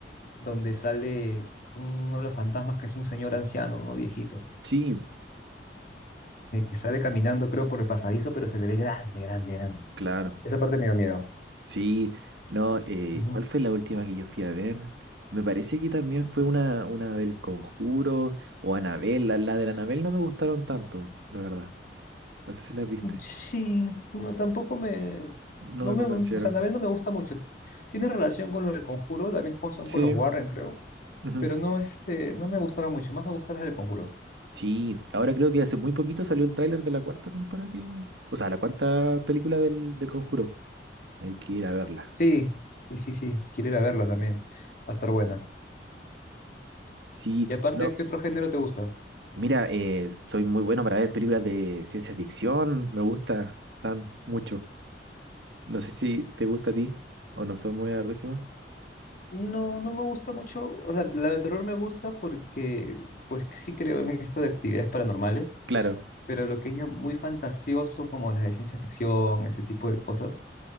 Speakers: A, on the left; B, on the right.
A: donde sale uno de los fantasmas que es un señor anciano, ¿no? Viejito,
B: Sí,
A: eh, que sale caminando, creo, por el pasadizo, pero se le ve grande, grande, grande.
B: claro.
A: Esa parte me da miedo.
B: Sí, no, eh,
A: Ujú.
B: ¿cuál fue la última que yo fui a ver? Me parece que también fue una, una del Conjuro o Anabel. La, la de la Anabel no me gustaron tanto, la verdad. No sé si las viste.
A: Sí, no, tampoco me,
B: No
A: no
B: me
A: me,
B: convencieron.
A: o sea, Anabel no me gusta mucho. Tiene relación con lo del Conjuro, también como son
B: Sí.
A: con los Warren, creo.
B: ujú.
A: pero no, este, no me gustaron mucho, más me gustaron las del Conjuro.
B: Sí, ahora creo que hace muy poquito salió el tráiler de la cuarta temporada que... O sea, la cuarta película del, del Conjuro. Hay que ir a verla.
A: Sí, sí, sí, sí, quiero ir a verla también, va a estar buena.
B: Sí,
A: Y aparte,
B: no,
A: ¿qué otro género te gusta?
B: mira, eh, soy muy bueno para ver películas de ciencia ficción. Me gusta tan mucho. No sé si te gusta a ti o no son muy agresivos.
A: No, no me gusta mucho, o sea, la de terror me gusta porque, pues sí creo en esto de actividades paranormales,
B: Claro.
A: pero lo que es ya muy fantasioso, como las de ciencia ficción, ese tipo de cosas,